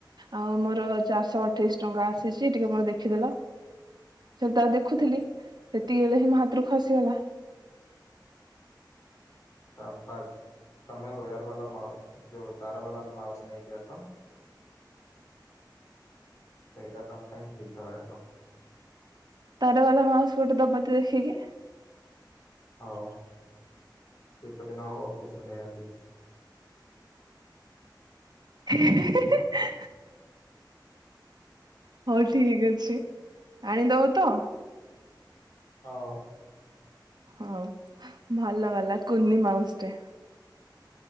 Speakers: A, on the right (about 60°); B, on the left (about 45°).
A: ଆଉ ମୋର ଚାରିଶହ ଅଠେଇଶି ଟଙ୍କା ଆସିଚି ଟିକେ ମୋର ଦେଖିଦେଲ ସେ ତାର ଦେଖୁଥିଲି ହେତିକି ବେଳେ ହିଁ ମୋ ହାତରୁ ଖସିଗଲା।
B: ସାବାସ୍ ତମେ ଓୟର ବାଲା ମାଉସ ଯୋଉ ତାର ବାଲା ମାଉସ ନେଇକି ଆସ ସେଇଟା ତମ ପାଇଁ ଠିକ ରହିବ।
A: ତାର ବାଲା ମାଉସ ଗୋଟେ ଦବତ ଦେଖିକି।
B: ହୋଉ। ଶୀତ ଦିନ ହୋଉ ଅଫିସରୁ ନେଇ ଆସିବି।
A: <unintelligible> ହୋଉ ଠିକ ଅଛି ଆଣିଦବତ?
B: ହୋଉ।
A: ହୋଉ ଭଲ ହେଲା କୁନି ମାଉସଟେ।